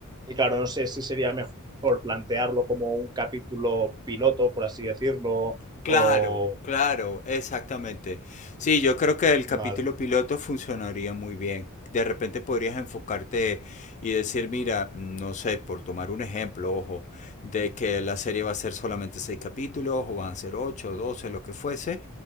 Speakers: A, on the right; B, on the left.
A: y claro, no sé si sería mejor plantearlo como un capítulo piloto, por así decirlo,
B: Claro,
A: o...
B: claro, exactamente. Sí, yo creo que el capítulo
A: Vale,
B: piloto funcionaría muy bien. De repente podrías enfocarte y decir, mira, mm, no sé, por tomar un ejemplo, ojo, de que la serie va a ser solamente seis capítulos, o van a ser ocho, doce, lo que fuese,